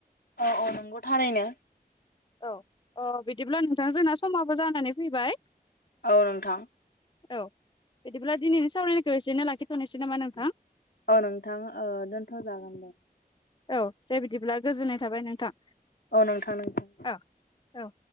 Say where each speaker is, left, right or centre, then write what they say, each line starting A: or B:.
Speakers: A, on the left (about 80°); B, on the left (about 30°).
A: औ औ नंगौ थारैनो।
B: औ औ बिदिब्ला नोंथां जोंना समाबो जानानै फैबाय।
A: औ नोंथां।
B: औ बिदिब्ला दिनैनि सावरायनायखौ एसेनो लाखिथ'नोसै नामा नोंथां?
A: औ नोंथां दोनथ' जागोन दे।
B: औ दे बिदिब्ला गोजोननाय थाबाय नोंथां।
A: औ नोंथां नोंथां
B: अ औ।